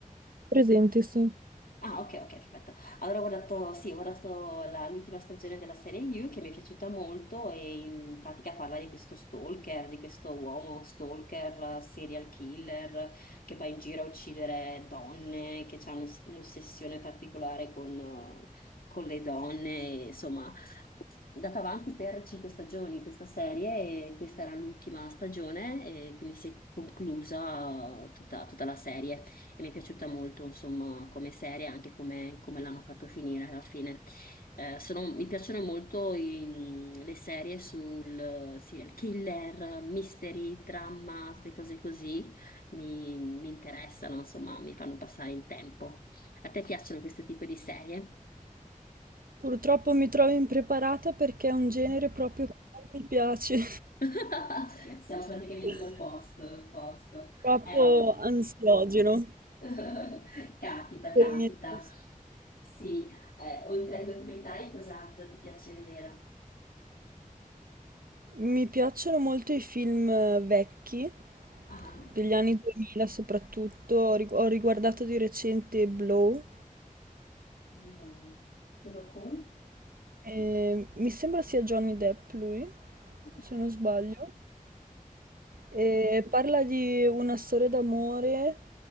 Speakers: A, on the right; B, on the left.
A: presente, sì.
B: Ah, ok, ok, perfetto. Allora ho guardato, sì, ho guardato la- l'ultima stagione della serie You che mi è piaciuta molto e in pratica parla di questo stalker, di questo uomo stalker, serial killer che va in giro a uccidere donne, che ha un- un'ossessione particolare con, eh, con le donne, e, insomma. È andata avanti per cinque stagioni questa serie e questa era l'ultima stagione e quindi si è conclusa tutta tutta la serie e mi è piaciuta molto, insomma, come serie, anche come, come l'hanno fatto finire alla fine. Eh, sono- mi piacciono molto i- le serie sul serial killer, mystery, dramma, queste cose così, mi, mi interessano, insomma, mi fanno passare il tempo. A te piacciono questo tipo di serie?
A: Purtroppo mi trovo impreparata perché è un genere proprio che non mi piace,
B: <laughs> Siamo praticamente
A: <laughs>
B: l'opposto, l'opposto.
A: troppo
B: Eh, vabbè.
A: ansiogeno
B: <laughs> Capita,
A: per
B: capita.
A: i miei gusti.
B: Sì, eh, oltre ai documentari, cosa, cosa ti piace vedere?
A: Mi piacciono molto i film eh, vecchi,
B: Ah,
A: degli anni 2000 soprattutto, ho rigu- ho riguardato di recente Blow,
B: No. Quello con?
A: e mi sembra sia Johnny Depp lui,
B: <laughs>
A: se non sbaglio. E parla di una storia d'amore